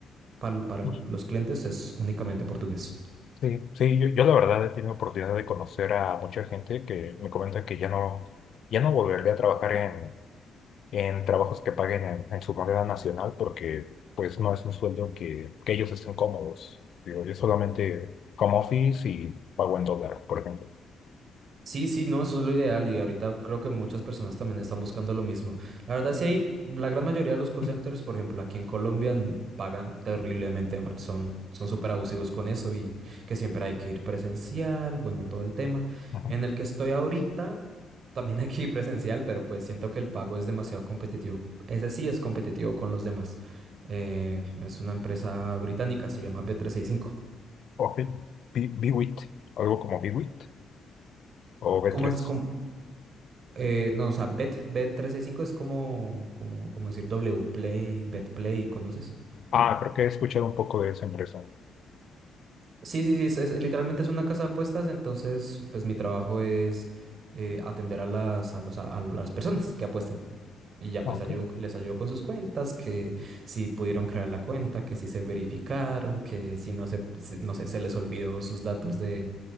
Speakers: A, on the right (about 55°); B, on the left (about 60°).
A: para, para
B: Ujú.
A: los clientes es únicamente portugués.
B: Sí, sí, yo, yo la verdad he tenido oportunidad de conocer a mucha gente que me comenta que ya no, ya no volvería a trabajar en, en trabajos que paguen en, en su moneda nacional porque pues no es un sueldo que, que ellos estén cómodos. Digo, yo solamente home office y pago en dólar, por ejemplo.
A: Sí, sí, no, eso es lo ideal y ahorita creo que muchas personas también están buscando lo mismo. La verdad, sí hay, la gran mayoría de los call
B: Ujú.
A: centers, por ejemplo, aquí en Colombia n- pagan terriblemente mal, son son súper abusivos con eso y que siempre hay que ir presencial, bueno, todo el tema.
B: Ajá.
A: En el que estoy ahorita, también hay que ir presencial, pero pues siento que el pago es demasiado competitivo. Ese sí es competitivo con los demás. Eh, es una empresa británica, se llama B365.
B: Ok. Bi- Biwit, algo como Biwit o b
A: ¿Cómo
B: tres.
A: es? Eh, no, o sea, Bet, bet trescientos sesenta y cinco es como, como, como decir Wplay, Betplay, ¿conoces?
B: Ah, creo que he escuchado un poco de esa empresa.
A: Sí, sí, sí, es, es- literalmente es una casa de apuestas, entonces pues mi trabajo es eh, atender a las, a los, a, a las personas que apuestan. Y ya
B: Ok.
A: pues ayudo- les ayudo con sus cuentas, que si pudieron crear la cuenta, que si se verificaron, que si no se, si- no sé, se les olvidó sus datos de